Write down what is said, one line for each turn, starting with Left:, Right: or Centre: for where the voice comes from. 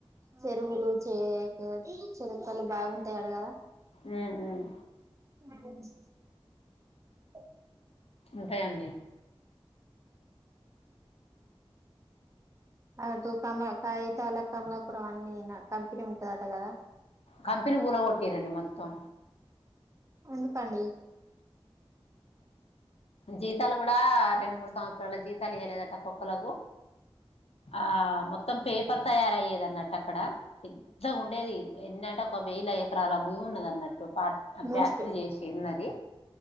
Right: చెరువులు చె చెరుక్కలు బాగుంటాయడ గదా
Left: ఉమ్ ఉమ్
Right: అం చ్చు ఓ
Left: ఉంటాయి అండి
Right: అటూ కమల్ కాయితాల కమలాపురం అన్నీ నా కంపెనీ ఉంటుందట గదా
Left: కంపెనీ కూల కొట్టిరండి మొత్తం
Right: ఉనుపాండి
Left: జీతాలు గూడా రెండు మూడు సంవత్సరాల జీతాలు ఇయ్యలేదట ఒక్కొక్కలకు ఆ మొత్తం పేపర్ తయారు అయ్యేది అన్నట్టు అక్కడ పెద్దగా ఉండేది ఎన్ని అంటే ఒక వేల ఎకరాల భూమి ఉన్నది అన్నట్టు పాట్ ఆ
Right: న్యూస్
Left: ఫ్యాక్టరీ చేసి ఉన్నది